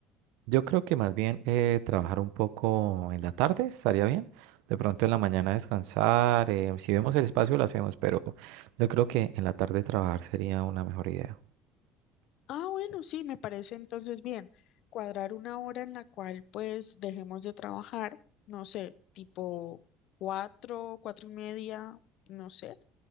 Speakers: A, on the right (about 80°); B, on the left (about 55°).
A: Yo creo que más bien eh, trabajar un poco en la tarde estaría bien. De pronto en la mañana descansar. eh, si vemos el espacio lo hacemos, pero yo creo que en la tarde trabajar sería una mejor idea.
B: Ah, bueno, sí, me parece entonces bien. Cuadrar una hora en la cual pues dejemos de trabajar, no sé, tipo cuatro, cuatro y media, no sé.